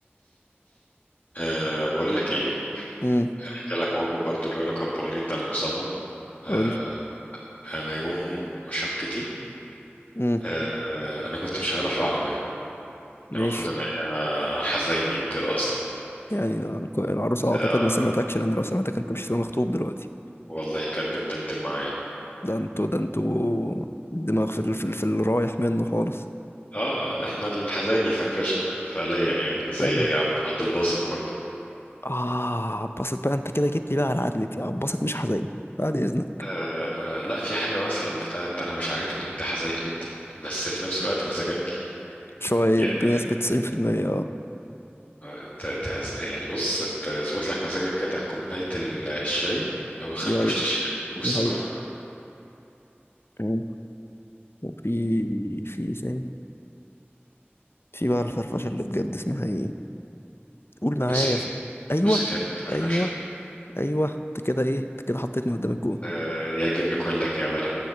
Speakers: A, on the left (about 40°); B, on the left (about 70°).
A: أه بقول لك ايه
B: امم
A: احكي لك موقف برضو له علاقة بأغنية انا مصمم أه
B: قول لي
A: انا يوم شبكتي
B: امم
A: آه، آه، انا كنت مشغلها في العربيه يعني
B: ماشي
A: المفروض ان هي حزيني وكده اصلا
B: يعني العروسه
A: آه،
B: اعتقد ما سمعتكش لان لو سمعتك انت مش هتبقى مخطوب دلوقتي
A: والله كانت بتدندن معايا
B: ده انتوا ده انتوا الدماغ في ال- في ال- في الرايح منه خالص
A: اه آه، احنا الحزيني فرفشنا فعليا يعني زي
B: حلو
A: عبد عبد الباسط برضه
B: اه عباسط بقى انت كده جيت لي بقى على عدلتي عباسط مش حزين بعد اذنك
A: آه لا في حاجه مثلا بتاعت انا مش عارفني ده حزيني جدا بس في نفس الوقت مزاجنجي
B: شوية
A: يعدل
B: بنسبة
A: لك
B: 90% اه
A: آه، ت- تهز... يعني بص تظبط لك مزاجك كده كوبايه الشاي او خربوشه
B: دي حقيقة
A: الشاي والسيجاره
B: دي حقيقة مم. وفي في إيه تاني في بقى الفرفشه اللي بجد اسمها ايه قول معايا
A: بوسيكات
B: ف... ايوه
A: بوسيكات فرفشه
B: ايوه ايوه انت كده ايه انت كده حطيتني قدام الجون
A: آه يعجبني كلك يا ولد